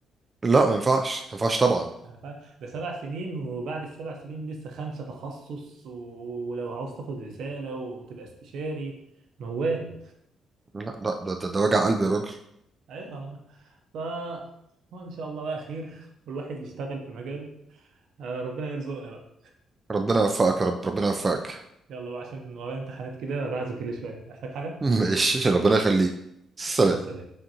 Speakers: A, on the right (about 30°); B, on the right (about 75°).
A: لا ما ينفعش ما ينفعش طبعا
B: أنا فاهم ده سبع سنين وبعد السبع سنين لسه خمسة تخصص و- ولو عاوز تاخد رسالة وتبقى استشاري موال
A: لا لا ده, ده, ده وجع قلبي يا راجل
B: ايوه والله ف وان شاء الله بقى خير والواحد يشتغل في مجاله آه، ربنا يرزقنا بقى
A: ربنا يوفقك يا رب ربنا يوفقك
B: يلا بقى عشان ورايا امتحانات كده راح اذاكر لي شوية محتاج حاجة
A: <laughs> ماشي ربنا يخليك سلام
B: يلا سلام